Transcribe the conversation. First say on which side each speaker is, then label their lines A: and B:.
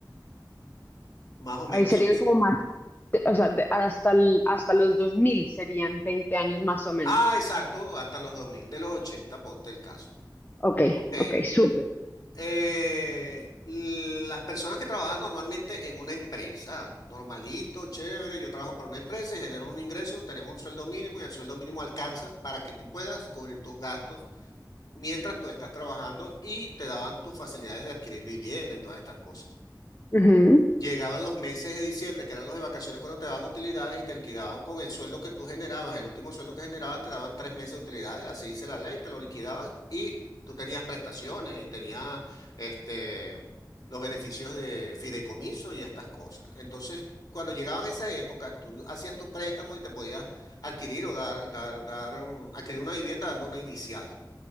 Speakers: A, on the left; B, on the left.
A: Más o menos,
B: ahí serían
A: sí, sí.
B: como más, de- o sea, de- hasta, el- hasta los 2000 serían 20 años más o menos.
A: Ah, exacto, hasta los 2000 de los 80, ponte el caso.
B: Ok,
A: Ok.
B: ok, súper.
A: eh, las personas que trabajan normalmente en una empresa, normalito, chévere, yo trabajo para una empresa y genero un ingreso, tenemos un sueldo mínimo y el sueldo mínimo alcanza para que tú puedas cubrir tus gastos mientras tú estás trabajando y te daban tus facilidades de adquirir vivienda y todas estas cosas.
B: Ujú.
A: Llegaban los meses de diciembre, que eran los de vacaciones, cuando te daban utilidades y te liquidaban con el sueldo que tú generabas, el último sueldo que generabas, te daban tres meses de utilidades, así dice la ley, te lo liquidaban y tú tenías prestaciones y tenías este, los beneficios de fideicomiso y estas cosas. Entonces, cuando llegaban esas épocas, tú hacías tu préstamo y te podías adquirir o dar, dar, dar, mm, adquirir una vivienda dando una inicial.